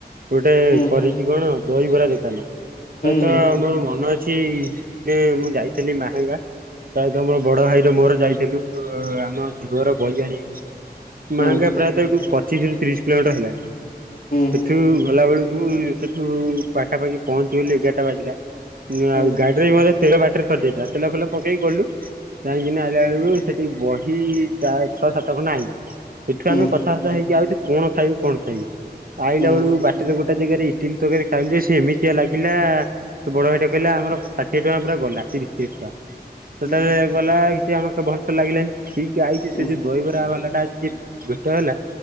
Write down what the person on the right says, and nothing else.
ଗୋଟେ
କରିଛି କଣ? ଦହିବରା ଦୋକାନ ପ୍ରାଏ
ତ
ମୋର ମନ ଅଛି ଯେ ମୁଁ ଯାଇ। ଥିଲି ମାହାଙ୍ଗା ପ୍ରାଏତ ମୋର ବଡ ଭାଇର। ମୋର ଯାଇଥିଲୁ ଆମ ଝୁଅର ବହି ଆଣିବାକୁ ମାହାଙ୍ଗା
ପ୍ରାୟତଃ ଏଠୁ ପ ପଚିଶ ରୁ ତିରିଶ କିଲୋମିଟର ହେଲା
ସେଠୁ। ଗଲା ବେଳକୁ ସେଠୁ ପାଖା ପାଖି ପହଞ୍ଚିଗଲି ଏଗାରଟା ବାଜିଲା
ଆଉ ଗାଡିରେ ବି ମଧ୍ୟ ତେଲ ବାଟରେ ସରିଜାଇଥିଲା ତେଲ ଫେଲ। ପକେଇକି ଗଲୁ ଯାଇକିନି ଆଇଲା ବେଳକୁ ସେଠି ବହି ଚା ଛଅ ସାତ ଖଣ୍ଡ ଆଇଁଲୁ। ସେଠୁ
ଆମେ କଥାବାର୍ତ୍ତା ହେଇକି ଆଉଛୁ କଣ ଖାଇବୁ, କଣ ଖାଇବୁ ଆଇଲା
ବେଳକୁ ବାଟରେ ଗୋଟେ। ଗୋଟା ଯେଗାରେ ଇଟିଲି ତରକାରୀ ଖାଇଲୁ ଯେ ସିଏ ଏମିତିଆ ଲାଗିଲା। ସେ ବଡ ଭାଇ ଟା କହିଲା ଆମର ଷାଠିଏ ଟଙ୍କା ପୂରା ଗଲା। ତିରିଶ ତିରିଶ ଟଙ୍କା। ସେଟା
ଯେ ଗଲା କିଛି ଆମ ସେ ଭଲସେ ଲାଗିଲାନି ଠିକ ଆଇଛୁ
ସେ ଯୋଉ ଦହିବରା ବାଲା। ସେଟା ଆଜି ଜିଏ ଭେ ଭେଟ ହେଲା।